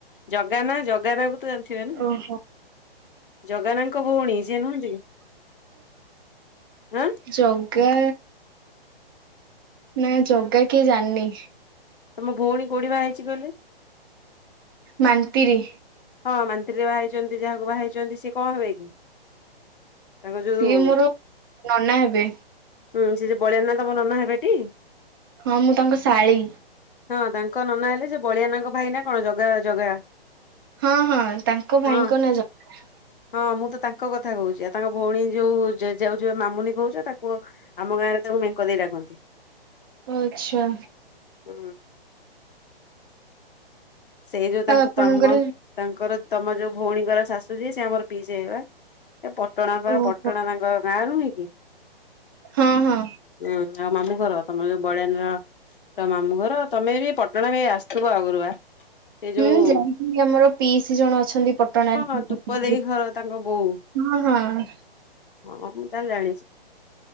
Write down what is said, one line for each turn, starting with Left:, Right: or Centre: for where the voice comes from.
Left: ଜଗାନା ଜଗାନା କୁ ତ ଜାଣିଥିବେ ନା।
Right: ଓହୋ
Left: ଜଗାନାଙ୍କ ଭୋଉଣୀ ସେ ନୁହନ୍ତି କି ଆଁ।
Right: ଜଗା ନାଇଁ ଜଗା କିଏ ଜାଣିନି।
Left: ତମ ଭୋଉଣୀ କୋଉଠି ବାହା ହେଇଚି କହିଲେ।
Right: ମାନତିରି।
Left: ହଁ ମାନ୍ତିରିରେ ବାହା ହେଇଚନ୍ତି ଯାହାକୁ ବାହା ହେଇଚନ୍ତି ସିଏ କଣ ହେବେ କି। ତାଙ୍କ ଯୋଉ
Right: ସିଏ ମୋର ନନା ହେବେ
Left: ହୁଁ ସେ ଯୋଉ ବଳିଆ ନା ତମ ନନା ହେବେଟି।
Right: ହଁ ମୁଁ ତାଙ୍କ ଶାଳୀ।
Left: ହଁ ତାଙ୍କ ନନା ହେଲେ ସେ ବଳିଆନାଙ୍କ ଭାଇ ନା କଣ ଜଗା ଜଗା।
Right: ହଁ ହଁ ତାଙ୍କ
Left: ହଁ।
Right: ଭାଇଙ୍କ ନା ଜଗା।
Left: ହଁ ମୁଁ ତ ତାଙ୍କ କୋହୁଚି ଆଉ ତାଙ୍କ ଭଉଣୀ ଯୋଉ ଯେ ଯାଉ ଯୁଅ ମାମୁନି କୋହୁଚ ତା ପୁଅ ଆମ ଗାଁରେ ତା କୁ ମେଙ୍କ ଦେଇ ଡାକନ୍ତି।
Right: ଓ ଆଚ୍ଛା।
Left: ହୁଁ। ସେଇ ଯୋଉ ତାଙ୍କ
Right: ଆଉ ଆପଣଙ୍କର
Left: ତମ ତାଙ୍କର ତମ ଯୋଉ ଭଉଣୀଙ୍କର ଶାଶୁ ଯିଏ ସେ ଆମର ପିଇସୀ ହେବେ ବା ଏ ପଟଣା ବା
Right: ଓହୋ
Left: ପଟଣା ତାଙ୍କ ଗାଁ ନୁହେଁ କି।
Right: ହଁ ହଁ।
Left: ଉଁ ଆଉ ମାମୁଁ ଘର ତମ ଯୋଉ ବଳିଆନ ର ତା ମାମୁଁ ଘର ତମେ ବି ଏଁ ପ ପ୍ରଣ ଏ ଆସୁଥିବ ଆଗୁରୁ ବା ସେ ଯୋଉ
Right: ହୁଁ ଯାଇକି ଆମର ପିଇସି ଜଣ ଅଛନ୍ତି ପଟଣାରେ
Left: ହଁ ଟୁପ ଦେଇ ଘର ତାଙ୍କ ବୋଉ
Right: ହଁ ହ
Left: ହଁ ମୁଁ ତାହେଲେ ଜାଣିଛି।